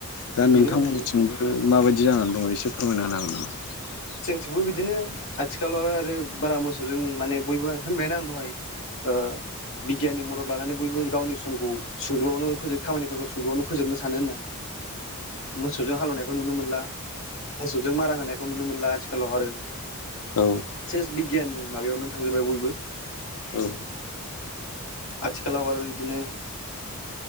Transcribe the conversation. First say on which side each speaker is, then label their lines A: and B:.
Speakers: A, on the left; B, on the left.
A: दा नोंथांमोननिथिंबो
B: बेनो उम
A: माबायदि जानानै दङ एसे फोरमायना होनो हागोन नामा
B: जोंथिंबो बिदिनो। आथिखालाव आरो। बारा मोसौ जों माने बयबो होनबायना आं दहाय ओ बिगियाननि मदद। लानानै बयबो गावनि समखौ सुंद'आवनो फोजो खामानिफोरखौ सुंदुआवनो फोजोबनो सानो होना। मोसौजों हालेवनाय। बेखौ नुनो मोनला। मोसौजों मारा होनायखौ नुनो मोन। आथिखालाव आरो।
A: औ
B: सेस बिगियाननि। माबायावनो थांजोबबाय बयबो।
A: औ।
B: आथिखालाव ओरो बिदिनो।